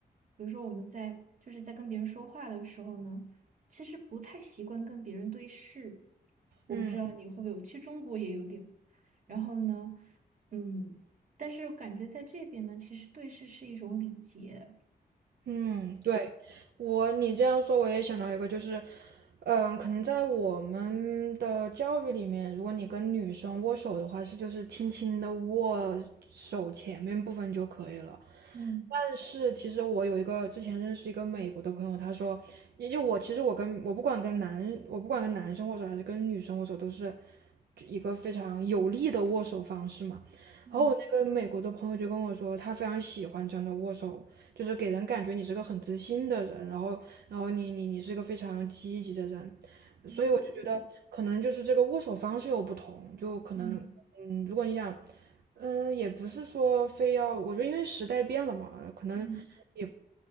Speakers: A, on the right (about 55°); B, on the right (about 80°).
A: 比如说我们在就是在跟别人说话的时候呢，其实不太习惯跟别人对视。我不知道你会不会有，
B: 嗯
A: 其实中国也有点。然后呢，嗯，但是感觉在这边呢，其实对视是一种礼节。
B: 嗯，对我你这样说，我也想到一个，就是，嗯，可能在我们的教育里面，如果你跟女生握手的话，是就是轻轻的握手前面部分就可以了。
A: 嗯
B: 但是其实我有一个之前认识一个美国的朋友，他说，也就我其实我跟我不管跟男我不管跟男生握手还是跟女生握手，都是一个非常有力的握手方式嘛。
A: 嗯
B: 然后我那个美国的朋友就跟我说，他非常喜欢这样的握手，就是给人感觉你是个很自信的人，然后然后你你你是个非常积极的人，
A: 嗯
B: 所以我就觉得可能就是这个握手方式有不同，就可能嗯，
A: 嗯
B: 如果你想。嗯，也不是说非要，我觉得因为时代变了嘛，可能也
A: 嗯